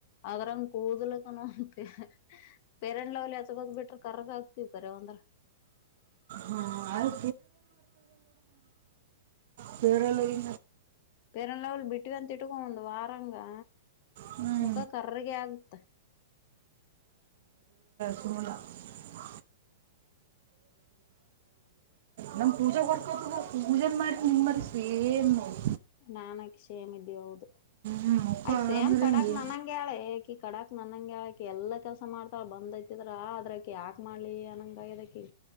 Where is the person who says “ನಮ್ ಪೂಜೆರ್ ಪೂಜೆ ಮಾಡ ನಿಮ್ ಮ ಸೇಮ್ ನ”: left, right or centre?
Right